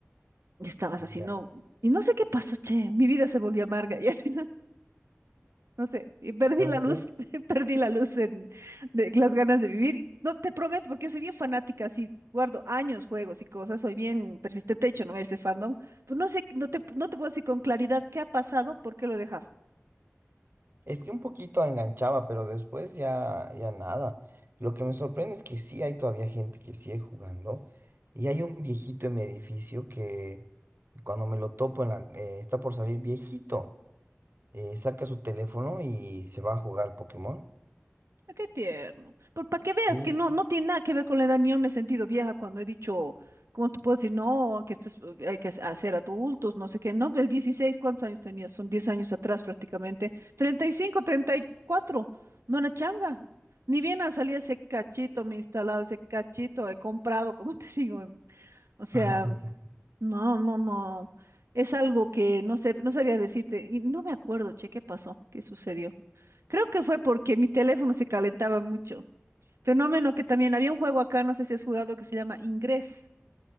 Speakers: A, on the right; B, on the right.
A: Y estabas así,
B: ya.
A: no. Y no sé qué pasó, che. Mi vida se volvió amarga. <laughs> Y así, no sé, y perdí
B: ¿Sabes
A: la luz,
B: qué?
A: <laughs> perdí la luz en, de las ganas de vivir. Y No te prometo, porque yo soy bien fanática, así guardo años juegos y cosas, soy bien persistente, de hecho, no ese fandom. Pues no sé, no te, no te puedo decir con claridad qué ha pasado, por qué lo he dejado.
B: Es que un poquito enganchaba, pero después ya, ya nada. Lo que me sorprende es que sí hay todavía gente que sigue jugando. Y hay un viejito en mi edificio que cuando me lo topo en la- eh, está por salir viejito. eh, saca su teléfono y se va a jugar Pokémon.
A: Ah, Qué tierno. Pero para que veas
B: Sí,
A: que
B: sí.
A: no, no tiene nada que ver con la edad, ni yo me he sentido vieja cuando he dicho, ¿cómo te puedo decir? No, que esto es, eh, hay que hacer adultos, no sé qué. No, el dieciséis ¿cuántos años tenía? Son 10 años atrás prácticamente. treinta treinta y cinco treinta y cuatro No una changa. Ni bien ha salido ese cachito, me he instalado ese cachito, he comprado, como <laughs> te digo. em, O sea,
B: <laughs>
A: no, no, no. Es algo que no sé, no sabría decirte. Y no me acuerdo, che, ¿qué pasó? ¿Qué sucedió? Creo que fue porque mi teléfono se calentaba mucho. Fenómeno que también había un juego acá, no sé si has jugado, que se llama Ingrés,